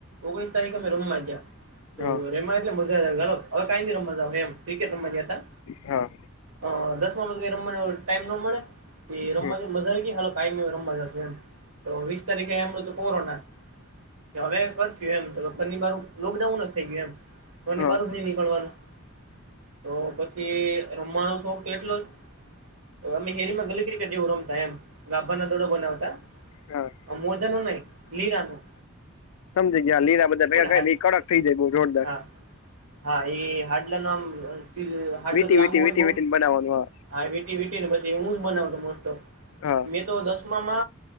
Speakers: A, on the right; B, on the left.
A: ઓગણીસ તારીખે અમે રોમવા ગયા. તો
B: હા
A: રેમા એટલે મજા હ કઈ રમવામ ક્રિકેટ રમવા ગયા હતા.
B: હા
A: અ દસ માંધું ઈ રમવા નો ટાઈમ ન મળે એ રમવા
B: હમ
A: જ મજા આવી ગાલો કાયમ રમવા જશ એમ તો વીસ તારીખે એમ હતુ કોરોના હવે કરફ્યુ એમ તો ઘરની બર લોકડાઉન જ થઈ ગયું એમ ઘર
B: હા
A: ની બહાર જ નહી નીકળવાનું તો પછી રમવાનો શોખ તો એટલો જ અમે હેરીમાં ગલી ક્રિકેટ કેવ રમતા એમ <unintelligible> ના દોડો બનાવતા
B: હા.
A: મોજાનું નહી લીરાનું
B: સમજજી ગયા લીલા બધા ભેગા કરિયે
A: હાડ
B: ને ઈ કડક થઈ જાય જોરદાર
A: હા હા એ હાડલા ન આમ હાડલો
B: વીતી
A: લાંબો
B: વીતી
A: હોય
B: વી
A: બઉ
B: વીતી બનાવવાનું
A: હા વીટી વીટી ને પછી એ હું જ બનાવતો મોસ્ટ ઓફ
B: હા
A: મેં તો દસ મા